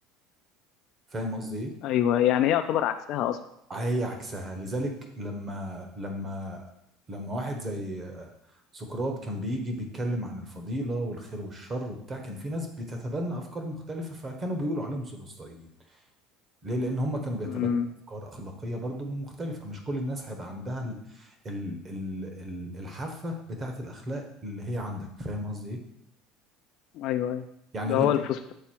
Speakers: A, on the right (about 25°); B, on the left (about 55°).
A: فاهم قصدي إيه؟
B: أيوه يعني هي يعتبر عكسها أصلا
A: هي عكسها لذلك لما لما لما واحد زي سقراط كان بيجي بيتكلم عن الفضيلة والخير والشر وبتاع كان في ناس بتتبنى أفكار مختلفة فكانوا بيقولوا عليهم سوفسطائيين ليه؟ لأن هم كانوا بيتبنوا
B: أمم.
A: أفكار أخلاقية برضو مختلفة مش كل الناس هيبقى عندها ال ال ال ال الحافة بتاعة الأخلاق اللي هي عندك فاهم قصدي إيه؟
B: ايوه ايوه
A: يعني
B: ده
A: اللي
B: هو
A: أنت
B: الفسط